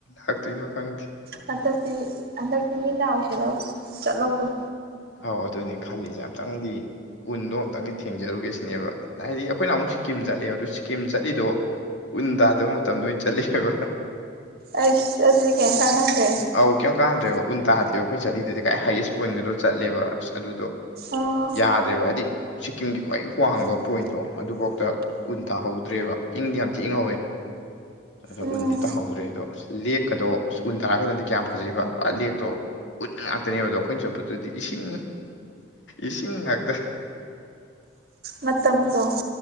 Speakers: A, on the left (about 80°); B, on the right (about 55°).
A: ꯂꯥꯛꯇꯣꯏꯅꯣ ꯈꯪꯗꯦ
B: ꯍꯟꯗꯛꯇꯤ ꯍꯟꯗꯛꯇꯤ ꯃꯤꯠꯅꯥ ꯎꯏꯁꯤꯜꯂ ꯆꯠꯍꯧꯔꯣ
A: ꯑꯥꯎ ꯑꯗꯨꯅꯦ ꯈꯜꯂꯤꯁꯦ ꯑꯝꯇꯪꯗꯤ ꯎꯟꯗꯣ ꯑꯨꯛꯇꯪꯗꯤ ꯊꯦꯡꯖꯔꯨꯒꯦꯁꯤꯅꯦꯕ ꯍꯥꯏꯗꯤ ꯑꯩꯈꯣꯏꯅ ꯑꯃꯨꯛ ꯁꯤꯀꯤꯝ ꯆꯠꯂꯦꯕ ꯑꯗꯨꯗ ꯁꯤꯀꯤꯝ ꯆꯠꯂꯤꯗꯣ ꯎꯟ ꯇꯥꯗꯕ ꯃꯇꯝꯗ ꯑꯣꯏꯅ ꯆꯠꯂꯦꯕ
B: ꯑꯩꯁ ꯑꯗꯨꯗꯤ ꯀꯩꯝ ꯀꯥꯟꯅꯗ꯭ꯔꯦ
A: ꯑꯧ ꯀꯩꯝ ꯀꯥꯟꯍꯟꯗ꯭ꯔꯦꯕ ꯎꯟ ꯇꯥꯗꯦꯕ ꯑꯈꯣꯏ ꯆꯠꯂꯤꯗꯨꯗꯤ ꯍꯥꯏꯌꯦꯁ ꯄꯣꯏꯟꯒꯗꯣ ꯆꯠꯂꯦꯕ ꯑꯁ ꯑꯗꯨꯗꯣ
B: ꯑꯣ
A: ꯌꯥꯗ꯭ꯔꯦꯕ ꯍꯥꯏꯗꯤ ꯁꯤꯛꯀꯤꯝꯒꯤ ꯈ꯭ꯋꯥꯏ ꯋꯥꯡꯕ ꯄꯣꯏꯟꯇꯣ ꯑꯗꯨꯐꯥꯎꯗ ꯎꯟ ꯇꯥꯍꯧꯗ꯭ꯔꯦꯕ ꯏꯪꯗꯤ ꯌꯥꯝ ꯊꯤ ꯏꯪꯍꯧꯋꯦ ꯑꯗꯣ
B: ꯎꯝ
A: ꯎꯟꯗꯤ ꯇꯥꯍꯧꯗ꯭ꯔꯦ ꯑꯗꯣ ꯑꯁ ꯂꯦꯛꯀꯗꯣ ꯑꯁ ꯎꯟ ꯇꯥꯔꯛꯀꯟꯗꯗꯤ ꯀꯌꯥꯝ ꯐꯖꯩꯕ ꯄꯨꯔꯥ ꯂꯦꯛꯇꯣ ꯎꯟ ꯉꯥꯛꯇꯅꯦꯕꯗꯣ ꯑꯈꯣꯏꯅ ꯆꯠꯄꯗꯨꯗꯤ ꯏꯁꯤꯡ ꯏꯁꯤꯡ ꯉꯥꯛꯇ
B: ꯃꯇꯝꯗꯣ